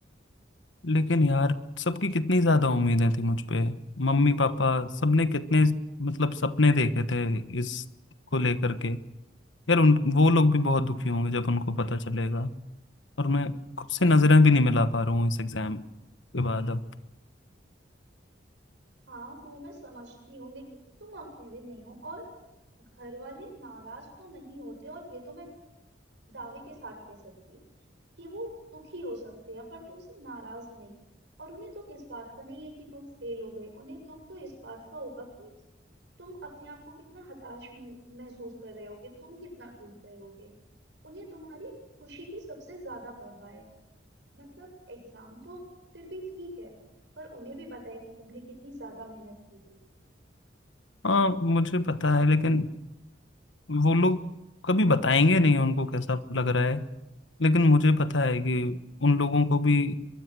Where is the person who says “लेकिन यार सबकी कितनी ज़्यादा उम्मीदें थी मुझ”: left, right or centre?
Left